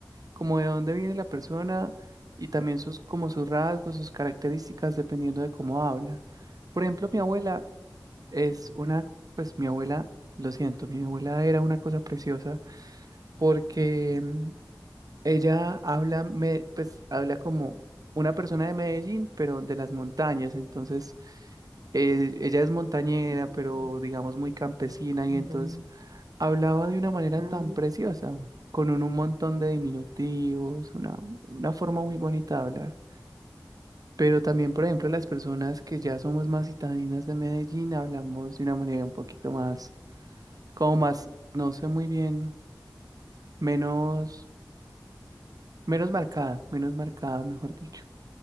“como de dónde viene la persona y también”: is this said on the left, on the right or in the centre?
Right